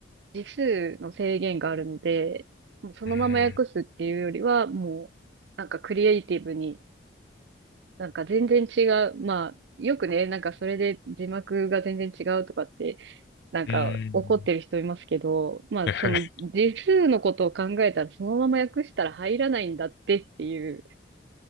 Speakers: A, on the right; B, on the left.
A: 字数の制限があるので、もうそのまま訳すっていうよりは、
B: うーん、
A: もう、なんかクリエイティブに、なんか全然違う。まあ、よくね、なんかそれで字幕が全然違うとかって、
B: <laughs>
A: なんか怒ってる人いますけど、
B: うーん。
A: まあその字数のことを考えたら、
B: <laughs>
A: そのまま訳したら入らないんだってっていう